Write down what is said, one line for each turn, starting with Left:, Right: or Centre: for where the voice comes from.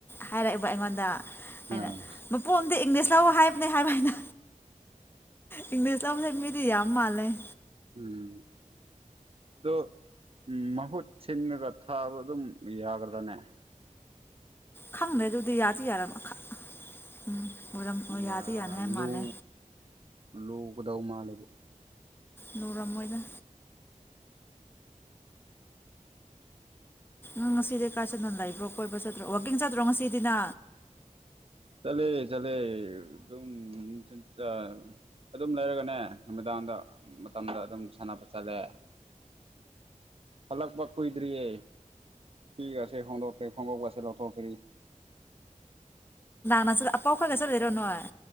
Left: ꯍꯥꯏꯔꯛꯏꯕ ꯑꯩꯉꯣꯟꯗ ꯍꯥꯏꯅ
Right: ꯑꯥ
Left: ꯃꯄꯣꯝꯗꯤ ꯏꯪꯂꯤꯁ ꯂꯧ ꯍꯥꯏꯕꯅꯦ ꯍꯥꯏꯕ ꯍꯥꯏꯅ ꯏꯪ ꯁꯦꯝꯃꯤꯗꯤ ꯌꯥꯝ ꯃꯥ ꯂꯩꯦ
Right: ꯎꯝ ꯑꯗꯨ ꯃꯍꯨꯠ ꯁꯤꯟꯂꯒ ꯊꯥꯕ ꯑꯗꯨꯝ ꯌꯥꯒꯗ꯭ꯔꯥꯅꯦ
Left: ꯈꯪꯗ꯭ꯔꯦ ꯑꯗꯨꯗꯤ ꯌꯥꯗꯤ ꯌꯥꯔ ꯃꯈꯥ ꯎꯝ
Right: ꯌꯥ
Left: ꯌꯥꯗꯤ ꯌꯥꯅꯉꯥꯏ
Right: ꯂꯨ
Left: ꯃꯥꯜꯂꯦ
Right: ꯂꯨꯒꯗꯧ ꯃꯥꯜꯂꯦꯕ
Left: ꯅꯨꯔꯥ ꯃꯣꯏꯗ ꯎꯝ ꯉꯁꯤꯗꯤ ꯀꯥꯏ ꯁꯟꯅ ꯂꯩꯕ꯭ꯔꯣ ꯀꯣꯏꯕ꯭ꯔꯥ ꯆꯠꯇ꯭ꯔꯣ ꯋꯥꯛꯀꯤꯡ ꯆꯠꯇ꯭ꯔꯣ ꯉꯁꯤꯗꯤꯅ
Right: ꯆꯂꯦ ꯆꯂꯦ ꯑꯗꯨꯝꯤꯟ ꯆ ꯑꯗꯨꯝ ꯂꯩꯔꯒꯅꯦ ꯅꯨꯃꯤꯗꯥꯡꯗ ꯃꯇꯝꯗ ꯑꯗꯨꯝ ꯁꯥꯟꯅꯕ ꯆꯠꯂꯦ ꯐꯜꯛ ꯄꯥꯛ ꯀꯗ꯭ꯔꯤꯌꯦ ꯊ ꯈꯣꯡꯗꯣ ꯈꯪ ꯆꯂꯣꯊꯣ ꯐꯔꯤ
Left: ꯅꯁꯨ ꯑꯄꯣ ꯈꯣꯏꯒꯦꯁ ꯂꯩꯔꯣꯅꯉꯥꯏ